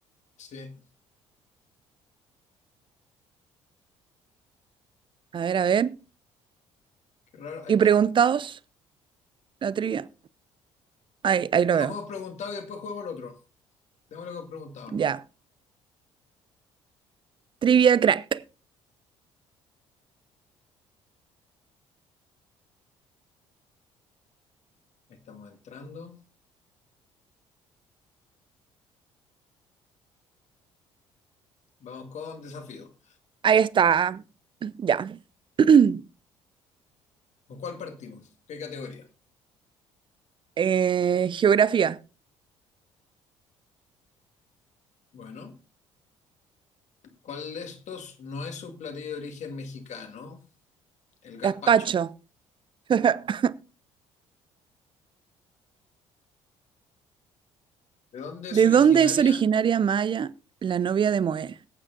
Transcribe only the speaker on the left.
Sí,
qué raro. Ahí
está.
Bueno,
juegos preguntados y después jugamos el otro. Démosle con preguntados
¿no?
Ahí estamos entrando. Vamos con desafío.
¿Con cuál partimos? ¿Qué categoría?
Bueno, ¿cuál de estos no es un platillo de origen mexicano? El gazpacho.
¿De dónde
es originaria?